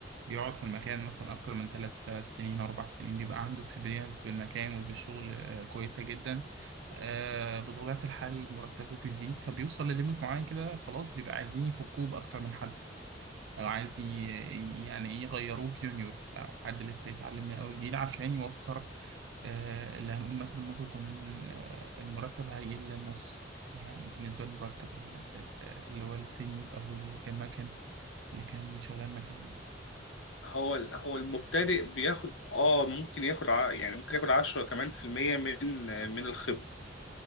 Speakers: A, on the right; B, on the left.
A: بيقعد في المكان مثلا أكتر من ثلاث ثلاث سنين أربع سنين بيبقى عنده اكسبيرينس بالمكان وبالشغل آه، كويسة جدا آه، بطبيعة الحال مرتبه بيزيد فبيوصل لليميت معين كده خلاص بيبقى عايزين يفكوه بأكتر من حد أو عايز ي- يعني إيه يغيروه بجونيور أو حد لسه يتعلم من أول جديد عشان يوفر آه، اللي هنقول مثلا ممكن يكون آه، المرتب هيقل للنص يعني بالنسبة للمرتب ال- ال- ال- اللي هو السينيور أو اللي كان مكان اللي كان شغال مكان يعني
B: هو ال- هو المبتدئ بياخد اه ممكن ياخد ع- يعني ممكن ياخد 10 كمان في المية من آه، من الخبرة